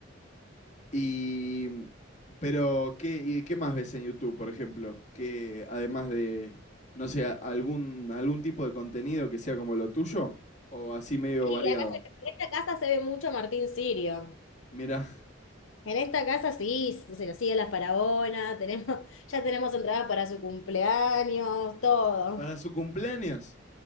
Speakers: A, on the left (about 35°); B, on the left (about 80°).
A: Y. Pero, ¿qué, y qué más ves en YouTube, por ejemplo? Que además de, no sé, a- algún, algún tipo de contenido que sea como lo tuyo, o así medio
B: Sí,
A: variado.
B: acá se- en esta casa se ve mucho Martín Sirio.
A: Mirá, <laughs>
B: En esta casa sí, se lo sigue la faraona, <laughs> tenemos, ya tenemos entradas para su cumpleaños, todo.
A: para su cumpleaños,